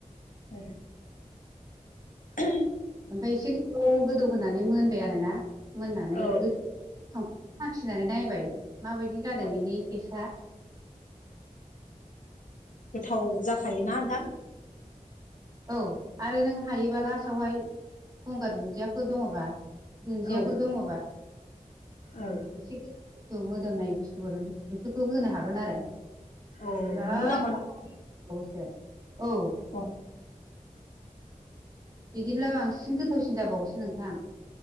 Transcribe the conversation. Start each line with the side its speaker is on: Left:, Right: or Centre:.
Left: उम। <unintelligible>
Right: ओमफ्राय एसे गोदौ गोदौ होनानै मोनबाय आरो ना। मोननानै
Left: औ
Right: संख्रि साखिनानै नायबाय माबायदि जादों
Left: औ
Right: बेनि टेस्टआ
Left: गोथाव जाखायोना नोंथां।
Right: औ आरो नों हायोबा लास्टावहाय गंगार दुन्दियाफोर दङबा दुन्दियाफोर
Left: औ
Right: दङबा
Left: औ
Right: एसे गोबाव बथु मोदोमनाय बुस्थुफोर बेफोरखौ होनो हागोन आरो।
Left: अ
Right: बिराद
Left: नंगौ नामा?
Right: औ
Left: अ
Right: बिदिब्ला बांसिन गोथावसिन जाबावोसो नोंथां